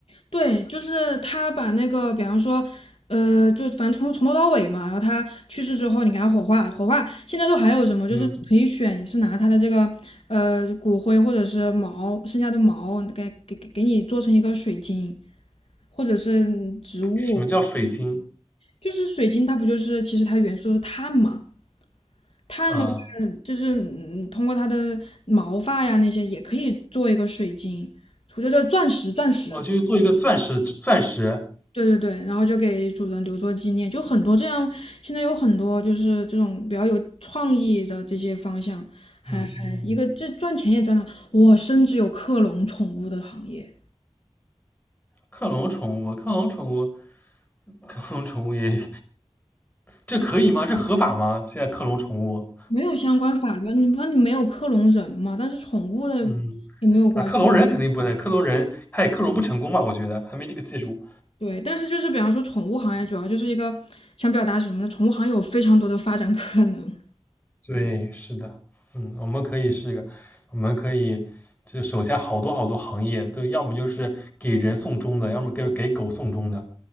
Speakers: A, on the left; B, on the left.
A: 对，就是他把那个，比方说，呃，就反正从从头到尾嘛，然后他去世之后，你给他火化，火化现在都还有什么？就是你可以选，
B: 嗯，
A: 你是拿他的这个呃骨灰或者是毛，剩下的毛给给给给你做成一个水晶，或者是植物。
B: 什么叫水晶？
A: 就是水晶，它不就是其实它元素是碳嘛？碳的话，
B: 啊、
A: 就是嗯通过它的毛发呀那些也可以做一个水晶，我觉得钻石，钻石。
B: 哦，就是做一个钻石钻石。
A: 对对对，然后就给主人留作纪念，就很多这样，现在有很多就是这种比较有创意的这些方向，还还一个这赚钱也赚得好，
B: 嗯嗯，
A: 我甚至有克隆宠物的行业，
B: 克隆宠物，克隆宠物，克隆宠物也这可以吗？这合法吗？现在克隆宠物，
A: 没有相关法律啊你反正你没有克隆人嘛，但是宠物的
B: 嗯
A: 也没有关系，
B: 啊，克隆人肯定不能，克隆人他也克隆不成功吧？我觉得还没这个技术。
A: 对，但是就是比方说宠物行业主要就是一个想表达什么呢？宠物行业有非常多的发展可能。
B: 对，是的，嗯，我们可以是一个，我们可以就手下好多好多行业，对，要么就是给人送终的，要么给给狗送终的